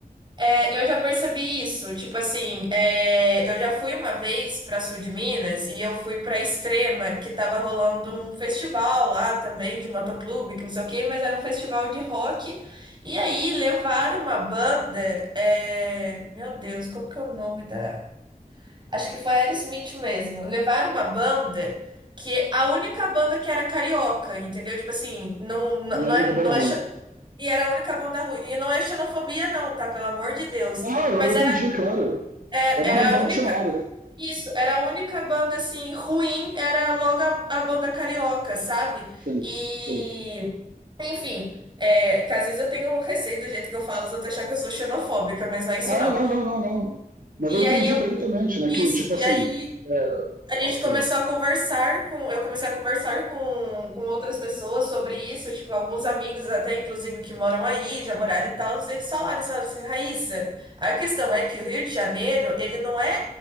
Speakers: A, on the right; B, on the right.
A: É, eu já percebi isso. Tipo assim, é, eu já fui uma vez para sul de Minas e eu fui para Extrema, que tava rolando um festival lá também de motoclube, que não sei o quê, mas era um festival de rock. E aí levaram uma banda, é, meu Deus, como que é o nome da? Acho que foi Aerosmith mesmo. Levaram uma banda que a única banda que era carioca, entendeu? Tipo assim, não, não,
B: E
A: não
B: é a
A: é,
B: única
A: não
B: banda
A: é
B: ruim.
A: e era a única banda ruim. E não é xenofobia, não, tá? Pelo amor de Deus.
B: Não, eu
A: Mas era,
B: entendi, claro.
A: é-
B: É uma
A: era
B: realidade
A: a única.
B: do cenário.
A: Isso, era a única banda, assim, ruim, era logo a, a banda carioca, sabe?
B: Sim,
A: E.
B: sim.
A: Enfim, é, que às vezes eu tenho receio do jeito que eu falo, os outros acham que eu sou xenofóbica, mas não é isso,
B: Ah,
A: não.
B: não, não, não, não. Mas
A: E
B: eu entendi
A: aí eu.
B: perfeitamente, né?
A: Isso,
B: Que, tipo
A: e
B: assim.
A: aí.
B: É...
A: A gente
B: Fala,
A: começou
B: perdão.
A: a conversar com, eu comecei a conversar com, com outras pessoas sobre isso, tipo, alguns amigos até, inclusive, que moram aí, já moraram e tal, eles falaram, eles falaram assim, Raíssa, a questão é que o Rio de Janeiro, ele não é